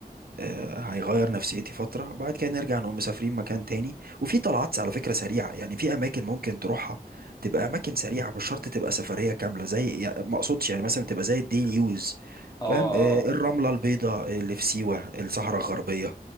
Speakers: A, on the right; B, on the left.
A: آه، هيغير نفسيتي فترة وبعد كده نرجع نقوم مسافرين مكان تاني وفي طلعات على فكرة سريعة يعني في أماكن ممكن تروحها تبقى أماكن سريعة مش شرط تبقى سفرية كاملة زي يعني ما أقصدش يعني مثلا تبقى زي الديلي يوز
B: اه اه
A: فاهم آه، الرملة
B: اه
A: البيضاء اللي في سيوة الصحراء الغربية